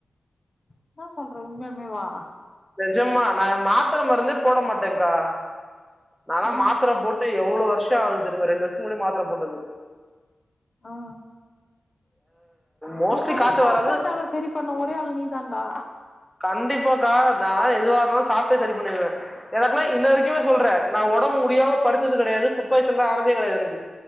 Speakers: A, on the left (about 35°); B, in the centre.
A: இன்னா சொல்ற உண்மையாலுமே வா
B: நெஜமா நா மாத்திர மருந்தே போட மாட்டேங்க்கா நா லா
A: ஆ
B: மாத்திர போட்டு எவ்ளோ வருஷோ ஆகுது தெரியுமா ரெண்டு வருஷ முன்னாடி மாத்திர போட்டது
A: ஆ
B: மோஸ்ட்லி
A: புன்னல
B: காய்ச்சல்
A: சாப்பாட்டால
B: வராது
A: சரி பண்ண ஒரே ஆள் நீதான்டா
B: கண்டிப்பாக்கா நாலா எதுவா இருந்தாலும் சாப்ட்டே சரி பண்ணிடுவேன் எனக்குல்லாம் இன்ன வரைக்குமே சொல்றேன் நா ஒடம்முடியாம படுத்தது கடையாது ஃபுட் பாய்சன் எல்லா ஆனதே கடையாது எனக்கு